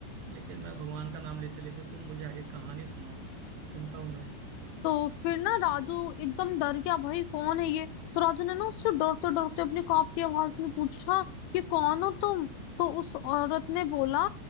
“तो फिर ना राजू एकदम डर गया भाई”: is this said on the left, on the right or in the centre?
Left